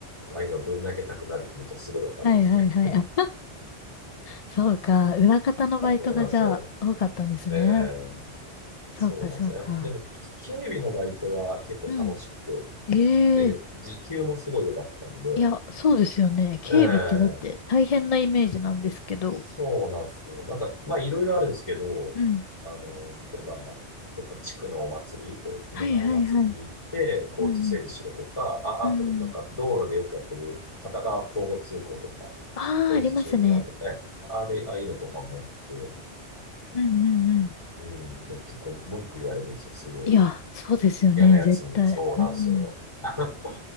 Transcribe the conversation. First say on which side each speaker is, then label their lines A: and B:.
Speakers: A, on the left (about 25°); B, on the left (about 50°).
A: ああいうのぶん投げたくなる気持ちはすごいわかりますね。
B: はいはいはい。あ、そうか。裏方のバイトがじゃあ多かったんですね。
A: <laughs> そうなんですよ。ええ
B: そうかそうか。
A: そうなんですよ。でも、き警備のバイトは結構楽しくて、
B: うん。
A: で、
B: ええ
A: 時給もすごい良かったんで、
B: いや、そうですよね。警備ってだって大変なイメージなんですけど。
A: ええそうなんですよ。なんか、まあ、いろいろあるんですけど、
B: うん。
A: あの、例えば、どっか地区のお祭り、大きめなお祭りに行って、
B: はいはいはい。
A: 交通整理しろとか、
B: うん
A: あ、
B: うん。
A: あと、
B: うん。
A: なんか、道路でよくやってる、片側交互通行とか、
B: ああ、
A: 工事中にある、
B: ありますね。
A: え、あれ、ああいうのとかもやって、
B: うんうんうん。
A: うん、で、結構文句言われるんですよ。すごい。
B: いや、そうですよね。
A: 嫌なやつに。
B: 絶対。
A: そうなんですよ。
B: うん。
A: <laughs>